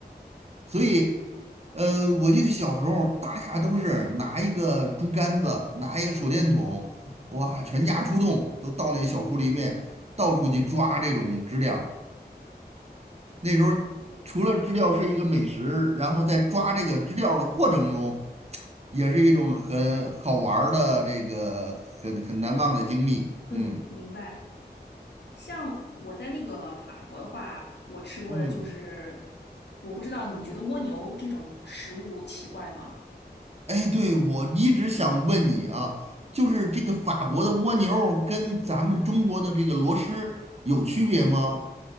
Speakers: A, on the right; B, on the left.
A: 所以，呃，我记得小时候大家都是拿一个竹竿子，拿一个手电筒，哇，全家出动，都到那小树林里面到处去抓这种知了。那时候除了知了是一个美食，然后在抓这个知了的过程中，也是一种很好玩儿的这个很很难忘的经历。
B: 嗯，
A: 嗯
B: 明白。像我在那个法国的话，我吃过的就是，
A: 嗯，
B: 我不知道你觉得蜗牛这种食物奇怪吗？
A: 哎，对，我一直想问你啊，就是这个法国的蜗牛儿跟咱们中国的这个螺蛳有区别吗？